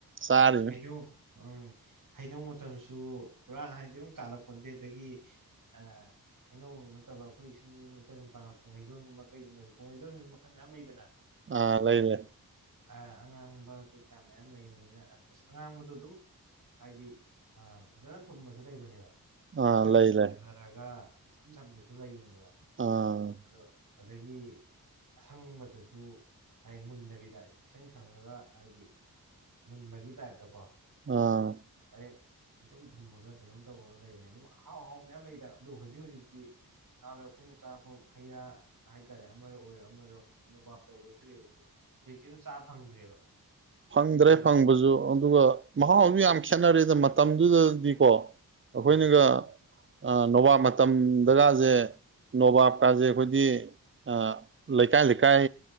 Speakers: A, on the right; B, on the right.
A: ꯆꯥꯔꯤꯅꯤ
B: ꯍꯩꯅꯧ ꯎꯝ ꯍꯩꯗꯧ ꯃꯇꯝꯁꯨ ꯄꯨꯔꯥ ꯍꯥꯏꯗꯤ ꯑꯗꯨꯝ ꯀꯥꯜꯂꯛꯄꯗꯦ ꯑꯗꯒꯤ ꯑ ꯍꯥꯏꯅꯧꯕꯖꯤ ꯅꯠꯇꯕ ꯑꯩꯈꯣꯏ ꯁꯨꯝ ꯌꯨꯝ ꯃꯔꯛꯇ ꯄꯥꯟꯕ ꯄꯨꯡꯍꯩꯗꯣꯟꯒꯨꯝꯕ ꯀꯩꯒꯨꯝꯕꯁꯦ ꯄꯨꯡꯍꯩꯗꯣꯟꯁꯨ ꯃꯈꯜ ꯃꯌꯥꯝ ꯂꯩꯗꯅ
A: ꯑꯥ ꯂꯩ ꯂꯩ
B: ꯑ ꯑꯉꯥꯡꯕ ꯀꯩꯀꯥ ꯃꯌꯥꯝ ꯂꯩꯕꯅꯤꯅ ꯑꯁ ꯑꯉꯥꯡꯕꯗꯣ ꯑꯗꯨꯝ ꯍꯥꯏꯗꯤ ꯐꯖꯅ ꯊꯨꯝꯕꯁꯨ ꯂꯩꯕꯅꯦꯕ
A: ꯑꯥ
B: ꯃꯁꯛ
A: ꯂꯩ
B: ꯈꯛꯇ
A: ꯂꯩ
B: ꯐꯖꯔꯒ ꯏꯆꯝ ꯆꯝꯕꯁꯨ ꯂꯩꯕꯅꯦꯕ
A: ꯑꯥ
B: ꯑꯗꯣ ꯑꯗꯒꯤ ꯑꯁꯪꯕꯗꯁꯨ ꯍꯥꯏ ꯃꯨꯟꯗꯕꯤꯗꯁꯤ ꯏꯁꯪ ꯁꯪꯉꯒ ꯍꯥꯏꯗꯤ ꯃꯨꯟꯕꯒꯤ ꯇꯥꯏꯞꯇꯀꯣ
A: ꯑꯥ
B: ꯗꯥꯏꯔꯦꯛ ꯏꯊꯨꯝ ꯊꯨꯝꯃꯒ ꯀꯩꯅꯣꯝ ꯇꯧꯕꯔꯒ ꯂꯩꯕꯅꯦ ꯑꯗꯨꯝ ꯑꯍꯥꯎ ꯑꯍꯥꯎꯕ ꯃꯌꯥꯝ ꯂꯩꯗ ꯑꯗꯣ ꯍꯧꯖꯤꯛ ꯍꯧꯖꯤꯛꯇꯤ ꯅꯍꯥꯟꯋꯥꯏ ꯑꯩꯈꯣꯏꯅ ꯆꯥꯔꯛꯄ ꯍꯩꯔꯥ ꯍꯥꯏꯇꯥꯔꯦ ꯑꯃꯔꯣ ꯑꯣꯏꯔꯣ ꯑꯃ ꯑꯣꯏꯔꯣ ꯅꯣꯕꯥꯞꯇ ꯑꯣꯏꯔꯁꯨ ꯀꯩ ꯑꯣꯏꯔꯁꯨ ꯍꯧꯖꯤ ꯆꯥ ꯐꯪꯗ꯭ꯔꯦꯕ
A: ꯐꯪꯗ꯭ꯔꯦ
B: ꯍꯥꯏꯗꯤ
A: ꯐꯪꯕꯁꯨ ꯑꯗꯨꯒ ꯃꯍꯥꯎ ꯑꯝꯌꯥꯛ ꯁꯥꯟꯅꯔꯦꯗ ꯃꯇꯝꯗꯨꯗꯗꯤꯀꯣ ꯑꯈꯣꯏꯅꯒ
B: ꯎꯝ
A: ꯅꯣꯕꯥꯞ ꯃꯇꯝꯗꯀꯥꯁꯦ ꯅꯣꯕꯥꯞꯀꯥꯁꯦ ꯈꯣꯏꯗꯤ ꯑꯥ ꯂꯩꯀꯥꯏ ꯂꯩꯀꯥꯏ